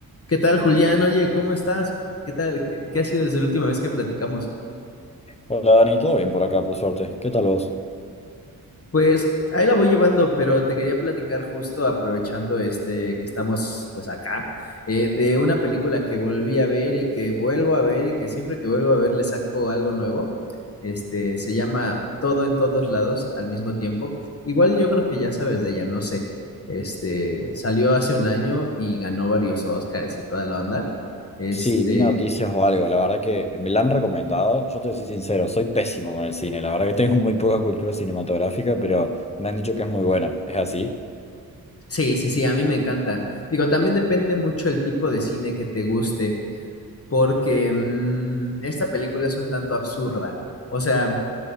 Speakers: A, on the left; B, on the left.
A: ¿Qué tal, Julián? Oye, ¿cómo estás? ¿Qué tal? ¿Qué, qué ha sido desde la última vez que platicamos?
B: Hola Dani, todo bien por acá, por suerte. ¿Qué tal vos?
A: Pues ahí la voy llevando, pero te quería platicar justo aprovechando este que estamos pues acá, eh, de una película que volví a ver y que vuelvo a ver y que siempre que vuelvo a ver le saco algo nuevo. Este se llama Todo en todos lados al mismo tiempo. Igual yo creo que ya sabes de ella, no sé. Este salió hace un año y ganó varios Oscars y toda la onda. Este
B: Sí, vi noticias o algo. La verdad que me la han recomendado. Yo te soy sincero, soy pésimo con el cine. La verdad que tengo <laughs> muy poca cultura cinematográfica, pero me han dicho que es muy buena. ¿Es así?
A: Sí, sí, sí, a mí me encanta. Digo, también depende mucho el tipo de cine que te guste, porque mm, esta película es un tanto absurda. O sea,